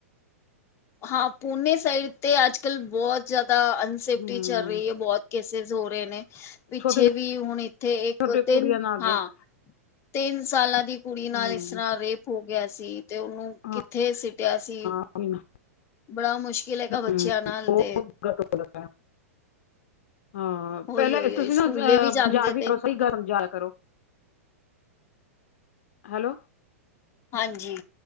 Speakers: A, on the left (about 35°); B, on the left (about 60°).
A: ਹਾਂ, ਪੂਨੇ ਸਾਈਡ ਤੇ ਅੱਜ- ਕੱਲ ਬਹੁਤ ਜਿਆਦਾ ਅਨਸੇਫਟੀ
B: ਹੂੰ
A: ਚੱਲ ਰਹੀ ਏ ਬਹੁਤ ਕੇਸਿਸ ਹੋ ਰਹੇ ਨੇ, ਪਿੱਛੇ
B: ਛੋਟੇ
A: ਵੀ ਹੁਣ ਇੱਥੇ ਇੱਕ
B: ਛੋਟੇ
A: ਤਿੰਨ
B: ਕੁੜੀਆਂ ਨਾਲ ਬਹੁਤ
A: ਹਾਂ, ਤਿੰਨ ਸਾਲਾਂ ਦੀ ਕੁੜੀ ਨਾਲ
B: ਹੂੰ
A: ਇਸ ਤਰ੍ਹਾਂ ਰੇਪ ਹੋ ਗਿਆ ਸੀ। ਤੇ ਉਹਨੂੰ
B: ਹਾਂ
A: ਕਿੱਥੇ ਸਿਟਿਆ ਸੀ।
B: <unintelligible>
A: ਬੜਾ ਮੁਸ਼ਕਿਲ ਹੈਗਾ
B: ਹੂੰ,
A: ਬੱਚਿਆਂ ਨਾਲ ਤੇ।
B: <inaudible> ਹਾਂ
A: ਉਹੀ
B: ਪਹਿਲਾਂ
A: ਉਹੀ
B: ਤੁਸੀਂ
A: ਉਹੀ ਸਕੂਲੇ
B: ਨਾ ਅ
A: ਵੀ ਜਾਂਦੇ
B: ਜਾ ਕੇ
A: ਤੇ
B: ਗਰੋਸਰੀ ਕਰਨ ਜਾਇਆ ਕਰੋ। ਹੈਲੋ
A: ਹਾਂਜੀ